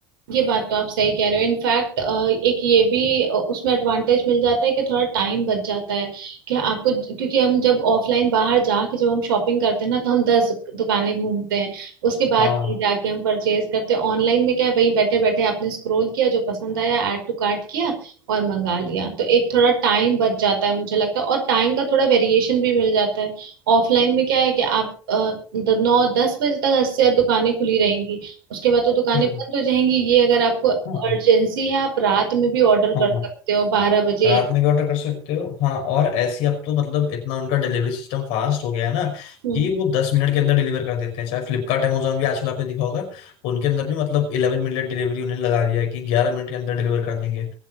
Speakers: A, on the right; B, on the left.
A: ये बात तो आप सही कह रहे हो इनफैक्ट एक ये भी अ, उसमें एडवांटेज मिल जाता है कि थोड़ा टाइम बच जाता है कि आपको क्योंकि हम जब ऑफलाइन बाहर जाके जब हम शॉपिंग करते हैं ना तो हम दस दुकानें घूमते हैं उसके बाद
B: हाँ
A: ही जाके हम परचेज करते हैं ऑनलाइन में क्या है वही बैठे बैठे आपने स्क्रॉल किया जो पसंद आया ऐड टू कार्ट किया और मंगा लिया तो एक थोड़ा टाइम बच जाता है मुझे लगता है और टाइम का थोड़ा वेरिएशन भी मिल जाता है ऑफलाइन में क्या है कि आप अ, द- नौ दस बजे तक अस्सी दुकानें खुली रहेंगी उसके बाद तो दुकानें
B: हम्म
A: बंद हो जाएंगी ये अगर आपको अर्जेंसी
B: हाँ
A: है आप रात में भी ऑर्डर
B: हाँ
A: कर सकते हो बारह बजे
B: रात में भी ऑर्डर कर सकते हो हाँ और ऐसी अब तो मतलब इतना उनका डिलीवरी सिस्टम फास्ट हो गया है ना
A: हम्म
B: कि वो दस मिनट के अंदर डिलीवर कर देते हैं चाहे फ्लिपकार्ट अमेजोन भी आजकल आपने देखा होगा उनके अंदर भी मतलब इलेवन मिनट डिलीवरी उन्हें लगा दिया है कि ग्यारह मिनट के अंदर डिलीवर कर देंगे